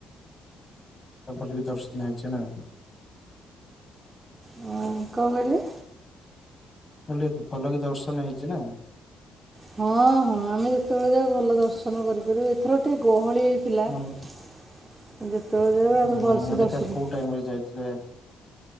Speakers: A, on the left; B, on the right.
A: ତ ଭଲକି ଦର୍ଶନ ହେଇଛି ନା?
B: ହଁ କଁ କହିଲେ?
A: କଲି ଭଲକି ଦର୍ଶନ ହେଇଚି ନା?
B: ହଁ ହଁ। ଆମେ ଯେତେବେଳେ ଯାଉ ଭଲ ଦର୍ଶନ କରିପାରୁ ଏଥର ଟିକେ ଗହଳି ଥିଲା
A: ମାନେ
B: ଯେତେବେଳେ ଯାଉ ଆମେ
A: ଓହୋ
B: ଭଲସେ
A: ମାନେ
B: ଦରସନ
A: କୋଉ
B: କରୁ।
A: ଟାଇମ ରେ ଯାଇଥିଲେ।